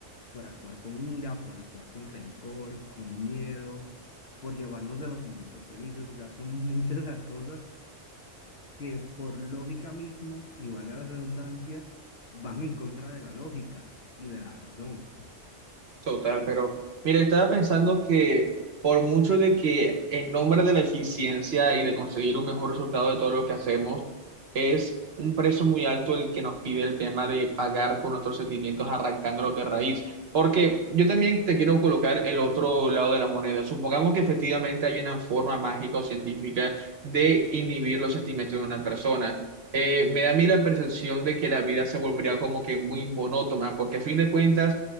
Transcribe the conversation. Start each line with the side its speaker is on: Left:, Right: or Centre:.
Left: por actuar con ira, por actuar con rencor, con miedo, por llevarnos de los momentos felices. O sea, son <laughs> muchas las cosas que por lógica misma, y valga la redundancia, van en contra de la lógica y de la razón,
Right: Total, pero mira, estaba pensando que por mucho de que en nombre de la eficiencia y de conseguir un mejor resultado de todo lo que hacemos, es un precio muy alto el que nos pide el tema de pagar con nuestros sentimientos arrancándolos de raíz. Porque yo también te quiero colocar el otro lado de la moneda. Supongamos que efectivamente hay una forma mágica o científica de inhibir los sentimientos de una persona. Eh, me da a mí la percepción de que la vida se volvería como que muy monótona, porque a fin de cuentas